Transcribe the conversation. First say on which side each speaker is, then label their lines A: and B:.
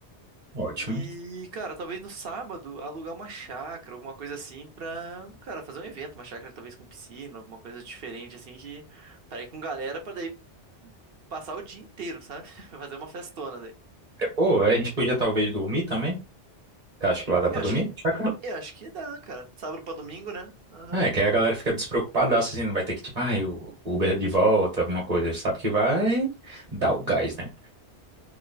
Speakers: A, on the right (about 40°); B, on the right (about 60°).
A: Ótimo.
B: E, cara, talvez no sábado alugar uma chácara, alguma coisa assim, pra, cara, fazer um evento, uma chácara talvez com piscina, alguma coisa diferente assim, de pra ir com galera pra daí passar o dia inteiro, sabe? <laughs> Fazer uma festona daí.
A: É boa, a gente podia talvez dormir também. Você acha que lá dá pra
B: Eu
A: dormir?
B: acho que,
A: Chácara?
B: eu acho que dá, cara. Sábado pra domingo, né? Aham.
A: É, que aí a galera fica despreocupadaça, assim, não vai ter que, tipo, ai, o
B: Uhum.
A: Uber é de volta, alguma coisa. Sabe que vai
B: Aham.
A: dar o gás, né?